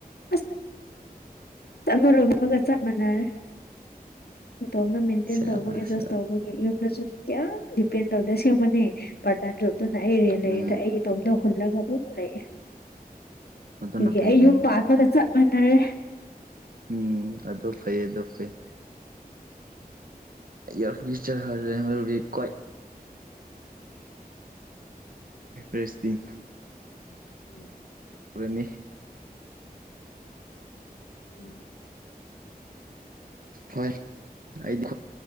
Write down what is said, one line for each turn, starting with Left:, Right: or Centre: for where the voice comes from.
Left: ꯑ ꯆꯞꯃꯔꯣꯝ ꯑꯃꯒ ꯆꯞ ꯃꯥꯟꯅꯔꯦ ꯏꯇꯣꯝꯅ ꯃꯦꯟꯇꯦꯟ
Right: ꯁꯦꯕꯥꯁ
Left: ꯇꯧꯕ ꯑꯦꯗꯖꯁ ꯇꯧꯕꯒꯤ ꯌꯨꯝꯗꯁꯨ ꯀꯌꯥꯝ ꯗꯤꯄꯦꯟ ꯇꯧꯗꯦ ꯁꯦꯝꯕꯅꯦ ꯄꯥꯔꯇ ꯂꯣꯞꯇꯅ ꯑꯩ ꯔꯦꯟ ꯂꯩꯔꯤꯗ
Right: ꯎꯝ
Left: ꯑꯩꯒꯤ ꯇꯣꯝꯗ ꯍꯨꯂ ꯆꯂ ꯑꯗꯨꯝ ꯂꯩꯑꯦ
Right: ꯑꯗꯨꯅ
Left: ꯑꯗꯨꯒꯤ
Right: ꯐꯩ
Left: ꯑꯩ
Right: ꯀꯩꯅꯣ
Left: ꯌꯨꯝ ꯄꯥꯟꯕꯒ ꯆꯞ ꯃꯥꯟꯅꯔꯦ
Right: ꯎꯝ ꯑꯗꯨꯗꯣ ꯐꯩ ꯑꯗꯨꯗꯣ ꯐꯩ ꯌꯥꯔ ꯆꯔ ꯍꯕꯤ ꯀꯣꯏ ꯔꯦꯁꯇꯤꯟ
Left: ꯎꯝ
Right: ꯔꯦꯅꯤ
Left: ꯎꯝ
Right: ꯍꯣꯏ ꯑꯩꯗꯤ